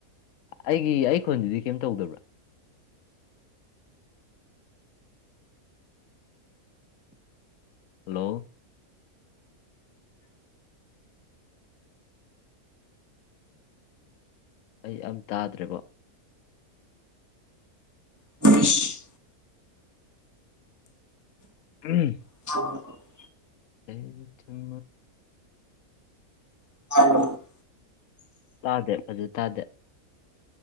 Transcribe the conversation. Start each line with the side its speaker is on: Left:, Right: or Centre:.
Left: ꯑꯩꯒꯤ ꯑꯩꯈꯣꯟꯖꯤꯗꯤ ꯀꯩꯝ ꯇꯧꯗꯕ꯭ꯔꯥ ꯍꯜꯂꯣ ꯑꯩ ꯑꯝ ꯇꯥꯗ꯭ꯔꯦꯕꯣ
Right: <inaudible>
Left: ꯎꯝ
Right: <inaudible>
Left: ꯑꯩꯝ ꯊꯟ
Right: <inaudible>
Left: ꯇꯥꯗꯦ ꯐꯖꯥ ꯇꯥꯗꯦ